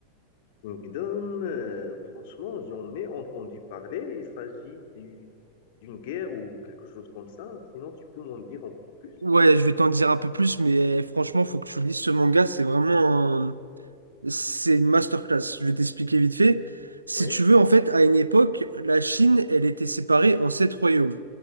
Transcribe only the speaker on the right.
Ouais, je vais t'en dire un peu plus, mais eh, franchement, faut que tu lises ce manga. C'est vraiment un- c'est une masterclass. Je vais t'expliquer vite fait. Si
tu veux, en fait, à une époque, la Chine, elle était séparée en sept royaumes.